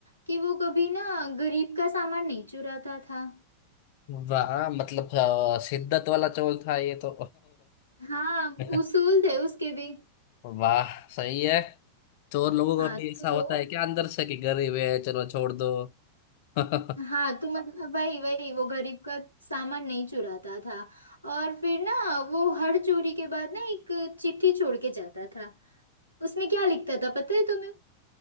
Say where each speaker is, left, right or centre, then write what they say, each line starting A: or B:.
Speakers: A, on the left; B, on the left.
A: कि वो कभी ना गरीब का सामान नहीं चुराता था
B: वाह मतलब अ, शिद्दत वाला चोर था ये तो
A: हाँ
B: <laughs>
A: उसूल थे उसके भी
B: वाह सही है चोर लोगों
A: हाँ
B: का भी ऐसा
A: तो
B: होता है क्या अंदर से कि गरीब है चलो छोड़ दो <laughs> क्या
A: हाँ तो मतलब वही वही वो गरीब का सामान नहीं चुराता था और फिर ना वो हर चोरी के बाद ना एक चिट्ठी छोड़ के जाता था उसमें क्या लिखता था पता है तुम्हें